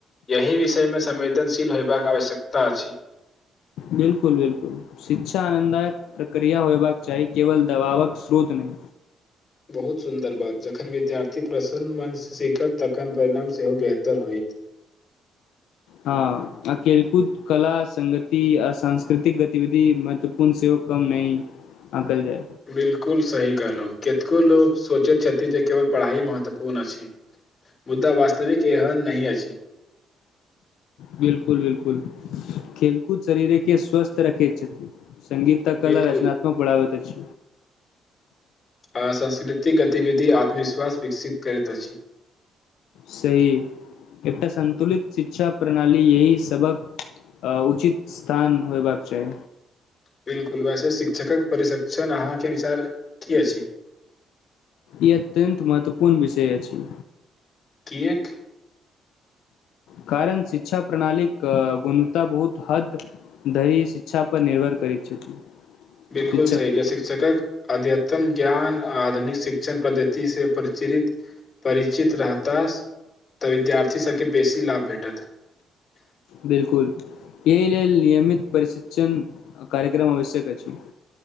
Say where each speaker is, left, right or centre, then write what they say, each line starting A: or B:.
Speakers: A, on the left; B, on the left.
A: एहिह विषयमे संवेदनशील होयबाक आवश्यकता अछि
B: बिलकुल बिलकुल शिक्षा आनन्ददायक प्रक्रिया होयबाक चाही केवल दबावक स्रोत नहि
A: बहुत सुन्दर बात जखन विद्यार्थी प्रसन्न मनसँ सीखत तखन परिणाम सेहो बेहतर होत <inaudible>
B: हँ अकेलकूद कला संगगति आ सांस्कृतिक गतिविधि महत्वपूर्ण सेहो कम नहि आंकल जाय
A: बिलकुल सही कहलहुँ केतको लोग सोचैत छथिन जे केवल पढ़ाइ महत्वपूर्ण अछि मुद्दा वास्तविक एहन नहि अछि
B: बिलकुल बिलकुल खेलकूद शरीरे के स्वस्थ रखे छथि संगगीता
A: बिल्कुल
B: कला रचनात्मक बढ़बैत अछि
A: आ सांस्कृतिक गतिविधि आत्मविश्वास विकसित करैत अछि
B: सही एकटा संन्तुलित शिक्षा प्रणाली यह सबबक आ उचित स्थान होयबाक चाहि
A: बिल्कुल वैसे शिक्षकक प्रशिक्षण अहाँके विचार की अछि
B: ई अत्यन्त महत्वपूर्ण विषय अछि
A: एक
B: कारण शिक्षा प्रणालीक गुणता बहुत हद धरी शिक्षा पर निर्भर करय छथि
A: बिलकुल
B: शिक्षक
A: सही
B: पर
A: छै शिक्षकक अध्यतम ज्ञान आधुनिक शिक्षक पद्धति से परिचित रहता तऽ विद्यार्थी सबके बेसी लाभ भेटत
B: बिलकुल येह लेल नियमित परशिक्षण कार्यक्रम आवश्यक अछि